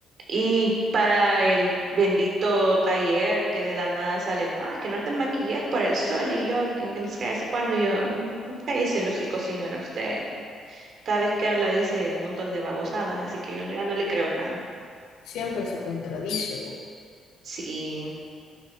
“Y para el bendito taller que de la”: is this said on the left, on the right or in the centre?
Right